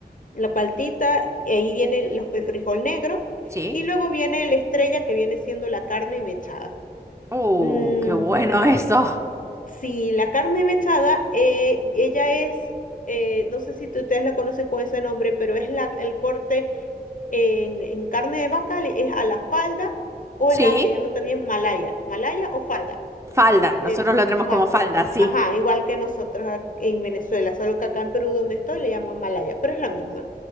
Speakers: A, on the left; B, on the right.
A: la paltita, y ahí viene los- el frijol negro.
B: Sí,
A: Y luego viene la estrella que viene siendo la carne mechada.
B: oh,
A: Mm,
B: qué bueno eso.
A: sí, la carne mechada, eh, ella es, eh, no sé si tú- ustedes la conocen con ese nombre, pero es la, el corte en, en carne de vaca le- es a la falda o
B: Sí,
A: la que llaman también malaya, malaya o falda,
B: falda, nosotros
A: de
B: lo tenemos
A: falda.
B: como falda, sí.
A: Ajá, igual que nosotros ac- en Venezuela, solo que acá en Perú donde estoy le llaman malaya, pero es la misma.